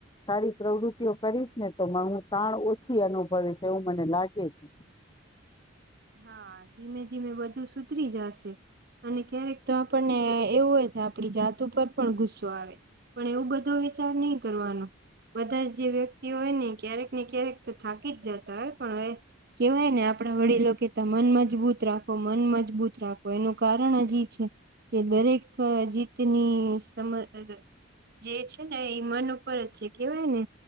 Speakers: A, on the left; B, on the right.
A: સારી પ્રવૃતિઓ કરીશ ને તો હું તાણ ઓછી અનુભવીશ એવું મને લાગે છે.
B: હા ધીમે ધીમે બધું સુધરી જશે અને ક્યારેક તો આપણને એવું હોય કે આપડી જાત ઉપર પણ ગુસ્સો આવે, પણ એવું બધો વિચાર નહી કરવાનો બધા જે વ્યક્તિ હોય ને ક્યારેક ને ક્યારેક તો થાકી જ જતા હોય પણ કહેવાય ને આપણા વડીલો કે મન મજબૂત રાખો મન મજબૂત રાખો એનું કારણ જ ઈ છે કે દરેક જીતની <unintelligible> જે છે ને એ મન ઉપર જ છે કેહેવાય ને